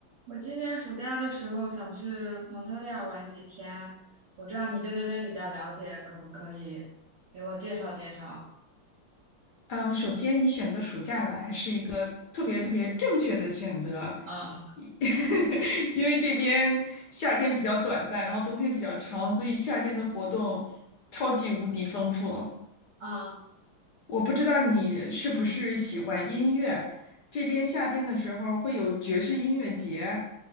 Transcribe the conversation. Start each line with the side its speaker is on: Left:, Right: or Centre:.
Right: 我今年暑假的时候想去蒙特利尔玩几天，我知道你对那边比较了解，可不可以给我介绍介绍？
Left: 嗯，首先你选择暑假来是一个特别特别正确的选择，
Right: 嗯，
Left: 一 <laughs> 因为这边夏天比较短暂，然后冬天比较长，所以夏天的活动超级无敌丰富。
Right: 嗯
Left: 我不知道你是不是喜欢音乐，这边夏天的时候会有爵士音乐节，